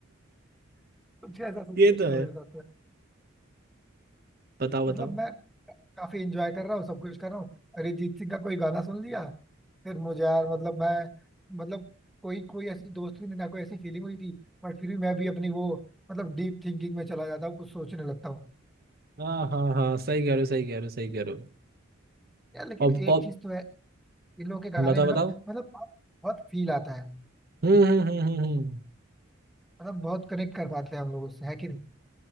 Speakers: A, in the centre; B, on the right.
A: कुछ ऐसा सिचुएशन
B: ये तो है
A: मेरे साथ है
B: बताओ बताओ
A: मतलब मैं काफी इंजॉय कर रहा हूँ सब कुछ कर रहा हूँ अरिजीत सिंह का कोई गाना सुन लिया फिर मुझे यार मतलब मैं मतलब कोई कोई ऐसी दोस्ती नहीं ना कोई ऐसी फीलिंग हुई थी बट फिर भी मैं भी अपनी वो मतलब डीप थिंकिंग में चला जाता हूँ कुछ सोचने लगता हूँ
B: हाँ हाँ हाँ सही कह रहे हो सही कह रहे हो सही कह रहे हो
A: यार लेकिन
B: अब
A: एक
B: अब
A: चीज तो है इन लोगों के गाने
B: बताओ
A: में ना
B: बताओ
A: मतलब बहुत फील आता है
B: हम्म हम्म हम्म हम्म हम्म।
A: मतलब बहुत कनेक्ट कर पाते हैं हम लोग उससे है कि नहीं